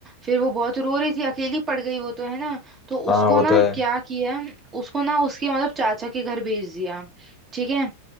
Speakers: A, on the right; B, on the left.
A: फिर वो बहुत रो रही थी अकेली पड़ गई वो तो है ना तो
B: हाँ
A: उसको
B: वो तो
A: ना
B: है
A: क्या किया उसको ना उसके मतलब चाचा के घर भेज दिया ठीक है